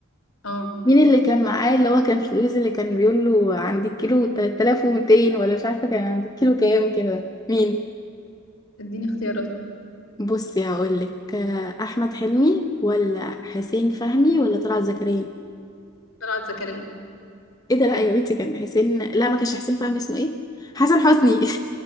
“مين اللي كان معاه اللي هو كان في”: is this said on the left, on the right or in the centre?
Left